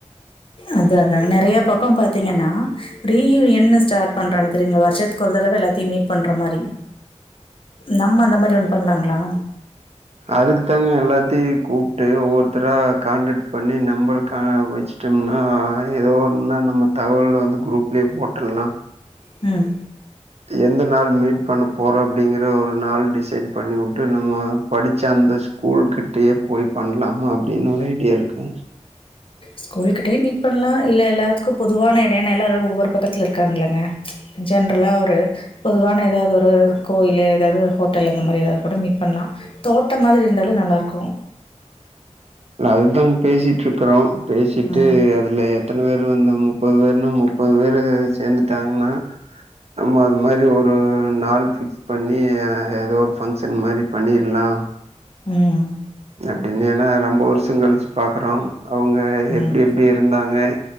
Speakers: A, on the left (about 45°); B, on the right (about 60°).
A: அதா அதான்ங்க நெறைய பக்க பாத்தீங்கன்னா ரீயூனியன்னு ஸ்டார்ட் பண்றாங்க தெரியுங்களா வருஷத்துக்கு ஒரு தடவ எல்லாத்தையும் மீட் பண்ற மாரி நம்ம அந்த மாரி ஒண்ணு பண்லாங்களா
B: அதுக்கு தாங்க எல்லாத்தையு கூப்ட்டு ஒவ்வொருத்தரா கான்டக்ட் பண்ணி நம்பர் காணப்போச்சு வச்சு வச்சம்னா ஏதோ ஒன்னன்னா நம்ப தகவல் வந்து குரூப்லயே போட்ருல்லா
A: ம்
B: எந்த நாள் மீட் பண்ண போறோ அப்டிங்கற ஒரு நாள் டிசைட் பண்ணி வுட்டு நம்ம படிச்ச அந்த ஸ்கூல்கிட்டயே போய் பண்ணலாமா அப்டின்னு ஒரு ஐடியா இருக்குங்
A: ஸகூல்கிட்டயே மீட் பண்லா இல்ல எல்லாத்துக்கும் பொதுவான இட ஏன்னா எல்லா ஒவ்வொரு பக்கத்துல இருக்காங்கல்லங்க ஜென்ரலா ஒரு பொதுவான ஏதாவது ஒரு கோயில்லு ஏதாவது ஒரு ஹோட்டலு அந்த மாரி ஏதாவது கூட மீட் பண்ணலா தோட்ட மாதிரி இருந்தாலு நல்லா இருக்கும்
B: இல்ல அதுதாங்க பேசிட்டு இருக்குறோ பேசிட்டு
A: ம்
B: அதுல எத்தன எத்தன பேர் வந்து முப்பது பேர்னா முப்பது பேரு சேந்துட்டாங்கன்னா நம்ம அது மாரி ஒரு நாள் ஃபிக்ஸ் பண்ணி ஏதோ ஒரு ஃபங்க்ஷன் மாரி பண்ணிற்லா
A: ம்
B: அப்டின்னு ஏன்னா ரொம்ப வருஷ கழிச்சு பாக்ரோ அவுங்க
A: ம்
B: எப்டி எப்டி இருந்தாங்க